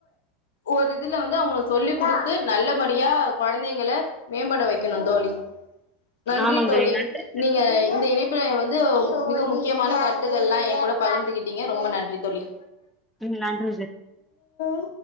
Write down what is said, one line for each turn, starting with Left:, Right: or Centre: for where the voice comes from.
Left: ஒரு இதுல வந்து அவுங்க சொல்லி குடுத்து நல்லபடியா கொழந்திங்கள மேம்பட வைக்கணு தோழி நன்றி
Centre: ஆமாந்
Left: தோழி
Centre: நன்றி.
Left: நீங்க இந்த இணைப்பில வந்து <unintelligible> மிக முக்கியமான கருத்துக்கள் லா என் கூட பகிர்ந்துகிட்டீங்க ரொம்ப நன்றி தோழி
Centre: ம் நன்றி
Left: <unintelligible>